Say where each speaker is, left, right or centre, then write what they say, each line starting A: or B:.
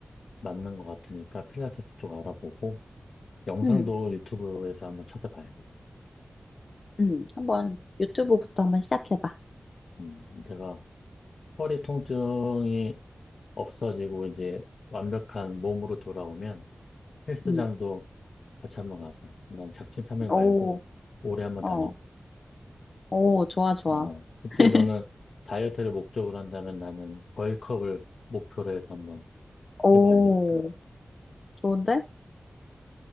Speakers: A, on the left; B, on the left.
A: 맞는 것 같으니까 필라테스 쪽 알아보고, 영상도
B: 응,
A: 유튜브에서 한번 찾아봐야겠다.
B: 응. 한번 유튜브부터 한번 시작해봐.
A: 음, 내가 허리 통증이 없어지고 이제 완벽한 몸으로 돌아오면 헬스장도
B: 응.
A: 같이 한번 가자. 난 작심삼일
B: 오,
A: 말고 올해 한번
B: 어,
A: 다녀.
B: 오, 좋아, 좋아.
A: 어, 그때
B: <laughs>
A: 너는 다이어트를 목적으로 한다면 나는 벌크업을 목표로 해서 한번
B: 오,
A: 해봐야겠다.
B: 좋은데?